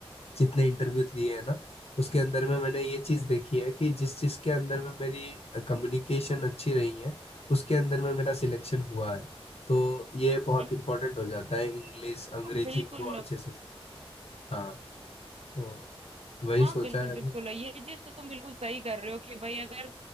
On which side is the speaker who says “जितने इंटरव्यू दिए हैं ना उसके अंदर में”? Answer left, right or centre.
Left